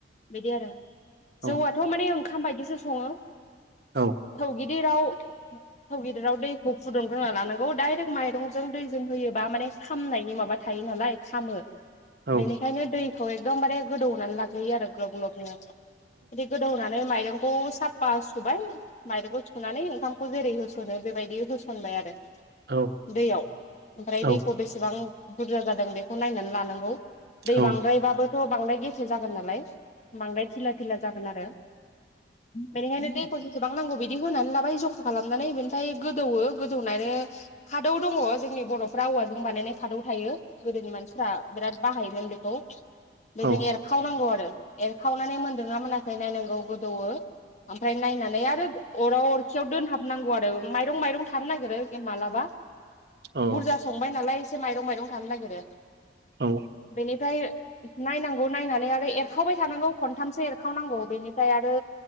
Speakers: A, on the left (about 40°); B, on the right (about 60°).
A: बिदि आरो
B: अ
A: जौआथ' माने ओंखाम बायदिसो सङो।
B: औ
A: थौ गिदिराव थाव गिदिराव दैखौ फुदुंग्रोना लानांगौ डाइरेक्ट माइरंजों दैजों होयोबा माने खामनायनि माबा थायो। नालाय खामो।
B: औ
A: बेनिखायनो दैखौ एकदमबारे गोदौनानै लाग्रोयो आरो ग्लब ग्लबनो बिदि गोदौहोनानै नाय माइरंखौ साफा सुबाय माइरंखौ सुनानै ओंखामखौ जेरै होस सनो बेबायदि होसनबाय आरो
B: औ
A: दैयाव ओमफ्राय दैखौ
B: औ
A: बेसेबां बुरजा जादों बेखौ नायनानै लानांगौ दै
B: औ अ औ
A: बांद्रायबाबोथ' बांद्राय गेफे जागोन नालाय बांद्राय धिला धिला जागोन आरो बेनिखायनो दैखौ बेसेबां नांगौ बिदि होनानै लाबाय जखा खालामनानै बे फाय गोदौवो गोदौनानै खादौ दङ जोंनि बर'फ्रा औवाजों बानायनाय खादौ थायो। गोदोनि मानसिफ्रा बिराद बाहायोमोन बेखौ बेजों
B: औ
A: एरखावनांगौ आरो एरखावनानै मोनदों ना मोनाखै नायनांगौ गोदौवो ओमफ्राय नायनानै आरो अराव अरखियाव दोनहाबनांगौ आरो माइरं माइरं थानो नागिरो मालाबा
B: औ अ
A: बुरजा संबाय नालाय एसे माइरं माइरं थानो नागिरो
B: औ
A: बेनिफ्राय नायनांगौ नायनानै आरो एरखावबाय थानांगौ खनथामसो एरखावनांगौ बेनिफ्राय आरो